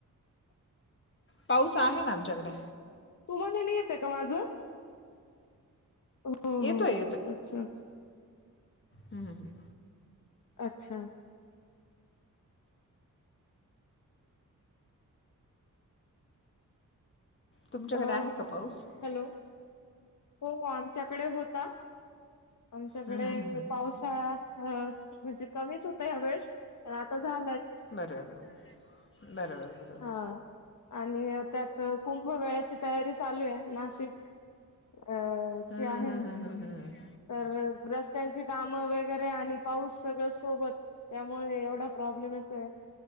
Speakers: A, on the left; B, on the left.
A: पाऊस आहे ना आमच्याकडे
B: तुम्हाला येत आहे का माझ हो हो
A: येतोय
B: अच्छा
A: हम हम हम
B: अच्छा
A: तुमच्याकडे
B: अ
A: आहे का पाऊस
B: हॅलो हो आमच्याकडे होता आमच्याकडे
A: हम्म, हम्म, हम्म, हम्म.
B: पाऊस म्हणजे कमीच होत ह वेळेस प आता झा
A: बरबरं बरोबरं बरोबर
B: हा. आणि त्यात कुंभ वेळ्याची तयारी चालू आहे नाशिक अ
A: हम
B: ची
A: हम
B: आहे
A: हम हम हम हम
B: तर रस्त्यांची कामं वगैरे आणि पाऊस सगळं सोबत त्यामुळे एवढं प्रॉब्लेम येतय